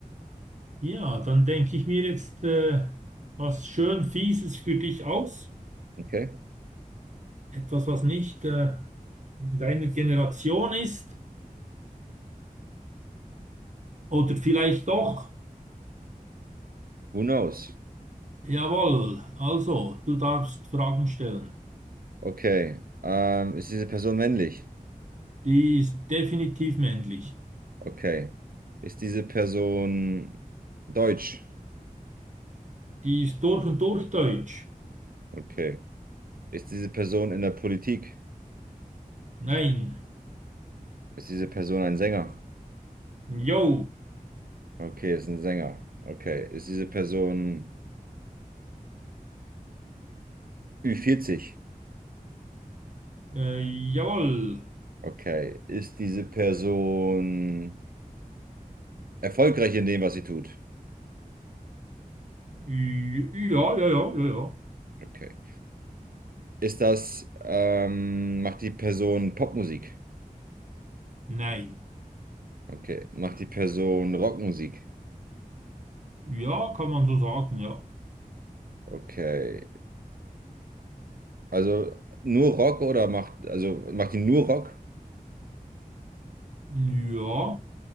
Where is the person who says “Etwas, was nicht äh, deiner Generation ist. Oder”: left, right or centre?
Right